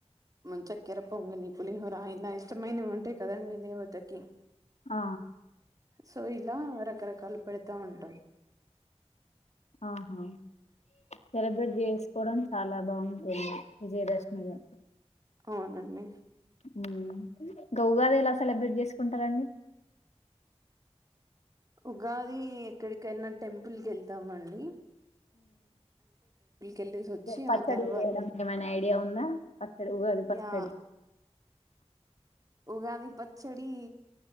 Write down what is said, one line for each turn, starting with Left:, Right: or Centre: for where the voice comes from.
Right: మంచ కిర పొంగలి పులిహోర ఇలా ఇష్టమైనవి ఉంటాయి కదండీ దేవతకి
Left: ఆ
Right: సో ఇలా రకరకాలు పెడతా ఉంటాం
Left: ఆహా సెలబ్రేట్ చేసుకోవడం చాలా బాగుంటుంది విజయదశమిగా
Right: అవునండి
Left: ఇంగ ఉగాది ఎలా సెలబ్రేట్ చేసుకుంటారంండి
Right: ఉగాది ఎక్కడికన్న టెంపుల్ క వెళ్తామ అండి వెళ్ళేసి వచ్చి
Left: పచ్చడి
Right: ఆ తర్వాత
Left: వేయడం ఏమైనా ఐడియా ఉందా పచ్చడి ఉగాది పచ్చడి
Right: యా ఉగాది పచ్చడి